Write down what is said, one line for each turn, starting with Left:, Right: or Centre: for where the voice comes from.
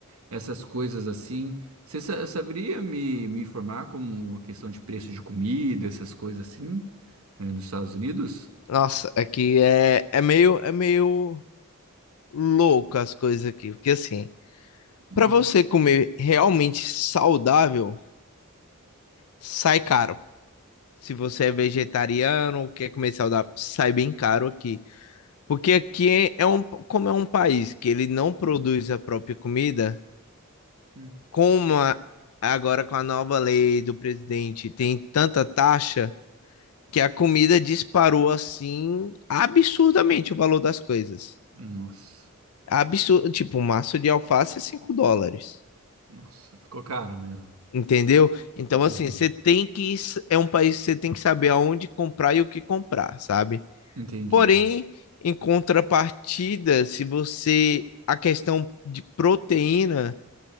Right: essas coisas assim. Você sa- saberia me, me informar como a questão de preço de comida, essas coisas assim, eh, nos Estados Unidos?
Left: Nossa, aqui é, é meio é meio louco as coisas aqui, porque assim,
Right: Hum,
Left: para você comer realmente saudável, sai caro. Se você é vegetariano, quer comer saudável, sai bem caro aqui. Porque aqui é é um, como é um país que ele não produz a própria comida,
Right: hum.
Left: como a- agora com a nova lei do presidente tem tanta taxa, que a comida disparou assim absurdamente o valor das coisas.
Right: Nossa,
Left: Absurdo, tipo, um maço de alface é 5 dólares.
Right: nossa, ficou caro mesmo.
Left: Entendeu? Então,
Right: Aham,
Left: assim, você tem que. É um país que você tem que saber aonde comprar e o que comprar, sabe?
Right: Entendi.
Left: Porém, em contrapartida, se você. A questão de proteína